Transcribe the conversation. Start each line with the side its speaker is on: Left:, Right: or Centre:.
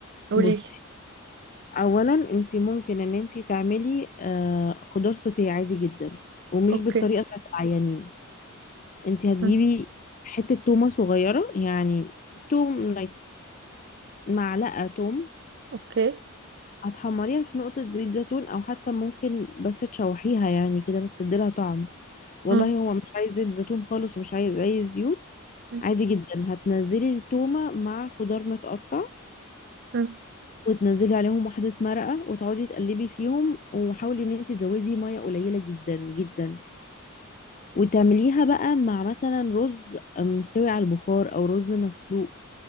Right: قوليلي
Left: بصي اولا انت ممكن ان انت تعملي آه خضار سوتيه عادي جدا ومش
Right: اوكي
Left: بالطريقه بتاعت العيانين انت هتجيبي
Right: م.
Left: حته تومه صغيره يعني توم like معلقة توم
Right: اوكي
Left: هتحمريها في نقطة زيت زيتون أو حتى ممكن بس تشوحيها يعني كده بس تديلها طعم والله
Right: م.
Left: هو مش عايز زيت زيتون خالص ومش عايز أي زيوت
Right: م.
Left: عادي جدا هتنزلي التومة مع خضار متقطع
Right: م.
Left: وتنزلي عليهم واحدة مرقة وتقعدي تقلبي فيهم وحاولي ان انت تزودي مية قليلة جدا جدا وتعمليها بقى مع مثلا رز مستوي على البخار او رز مسلوق